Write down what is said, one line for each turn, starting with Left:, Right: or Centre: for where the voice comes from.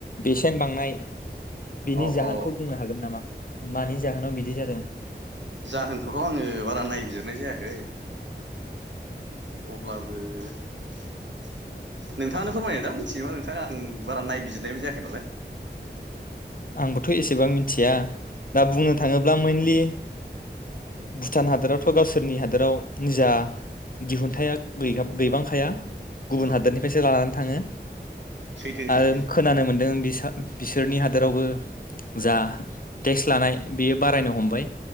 Left: बेसेन बांनाय बिनि
Right: अ
Left: जाहोनखौ
Right: अ
Left: बुंनो हागोन नामा? मानि जाहोनाव बिदि जादों
Right: जाहोनखौथ' आङो बारा नायबिजिरनाय जायाखै अब्लाबो नोंथाङानो फोरमायो दां मिथियो नोंथाङा आं बारा नायबिजिरनायबो जायाखै नालाय
Left: आंबोथ' एसेबां मिथिया दा बुंनो थाङोब्ला मेइनलि भुटान हादोरावथ' गावसोरनि हादोराव निजा दिहुनथाया गैया गैबांखाया गुबुन
Right: औ
Left: हादोरनिफ्रायसो
Right: औ
Left: लानानै थांङो
Right: सैथो
Left: आरो
Right: सैथो
Left: खोनानो मोनदों बिसा बिसोरनि हा हादोरावबो जा टेक्स लानाय बेयो बारायनो हमबाय